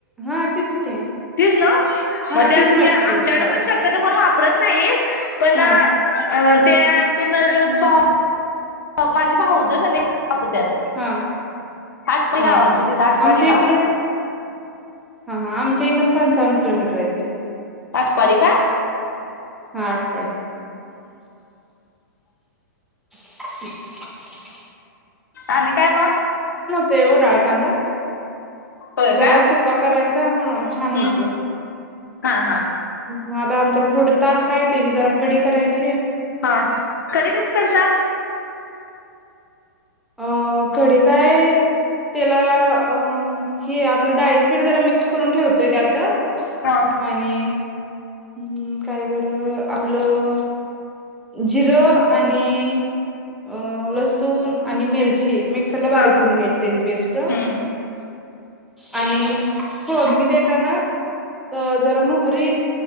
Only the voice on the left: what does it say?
तीच नव्ह
मग ते
आमच्या
आमच्याकड
पण शक्यतो कोण वापर परत नाहीत पण
अ ते आमच्या न भा माझी भावज कणी वापरत्यात.
आटपी
गावातली
तिज आटपाडी
गाव
पाटी काय?
आणि काय म.
होय
का
हम्म
हा हा.
हा कडी कशी करता
हा
हा
हम्म